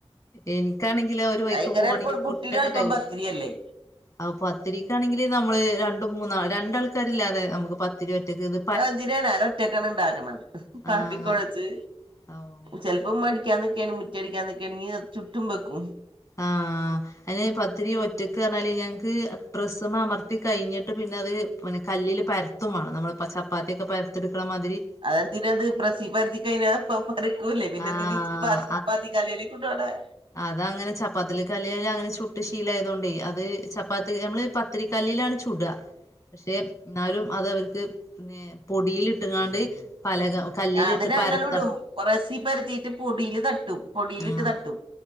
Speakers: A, on the left; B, on the right.
A: എനിക്കാണെങ്കിലോ ഒരു വഴിക്ക്
B: ഭയങ്കര
A: പോവാണെങ്കി
B: എല്പ്പം കുട്ടിെ
A: പുട്ടെന്നെ
B: എലപ്പം
A: കയ്യും
B: പത്തിരിയല്ലേ
A: അപ്പൊ പത്തിരിക്കാണെങ്കില് നമ്മള് രണ്ടും മൂന്നാ രണ്ടാൾക്കാരില്ലാതെ നമുക്ക് പത് ഒത്തിരി ഒറ്റക്കത്
B: എന്തിനനാല ഒറ്റക്കണ ഇണ്ടാക്കണത് പാട്ടിക്കൊഴച്ച്
A: ആഹ് ഔ
B: ചിലപ്പം മടിക്കാൊക്കാണ് മുറ്റടിക്കാൻന്നൊക്കുകയാണെങ്കി ചുും വെക്കും
A: ആഹ അതിന് പത്തിരി ഒറ്റക്ക് റഞ്ഞാല് ഞങ്ങക്ക് ഡ്രസ്സമ്മ അമർത്തി കഴിഞ്ഞിട്ട് പിന്നെ അത് പിന്നെ കല്ലില് പര തുമാണ് നമ്മളിപ്പൾ ചപ്പാത്തിയക്കെ പരത്തെടുക്കുന്ന മാതിരി
B: അതെന്തിന അത് പ്രസി പരത്തി കഴഞ്ഞ പ പരക്കുംല്ലേ പിന്നെ
A: ആഹ്
B: എന്തിന പപ്പാത്തി കല് <unintelligible>
A: അത അങ്ങനെ ചപ്പാത്തിൽ കലിയാലല് അങ്ങനെ ചുട്ട് ശീല ആയത കൊണ്ട് അത് ചപ്പാത്തി നമ്മള് പ ഒത്തിരി കല്ലിലാണ് ചൂട പക്ഷെ എന്നാലും അത് അവർക്ക് <unintelligible> പൊടിൽട്ടുകാണ്ട് പലക കല്ലിലിട്ട്
B: അത് ഞങ്ങളും
A: പരത്തണം
B: ഇടും കൂറസി പരത്തിട്ട് പൊടിൽ തട്ടും പൊടിയിലിട്ട്
A: ആഹ്
B: തട്ടും